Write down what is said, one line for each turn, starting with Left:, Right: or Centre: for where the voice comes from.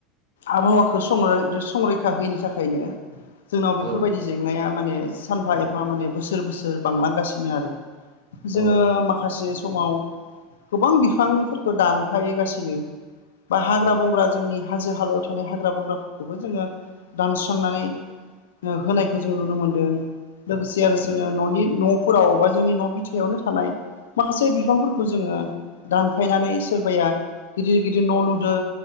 Left: आबहावाखौ सं संरैखा होनि थाखायनो जोंनाव बेफोरबायदि
Right: औ
Left: जेंनाया माने सानफा एफा माने बोसोर बोसोर बांलांगासिनो आरो
Right: औ
Left: जोङो माखासे समाव गोबां बिफांफोरखौ दानफायगासिनो बा हाग्रा
Right: औ
Left: बंग्रा जोंनि हाजो हालायाव थानाय हाग्रा बंग्राफोरखौबो जोङो दानस्रांनानै होनायखौ जों नुनो मोनदों लोगोसे आरो जोङो न'नि न'फोराव बा जोंनि न' बिथायावनो थानाय माखासे बिफांफोरखौ जोङो दानफायनानै सोरबाया गिदिर गिदिर न' लुदों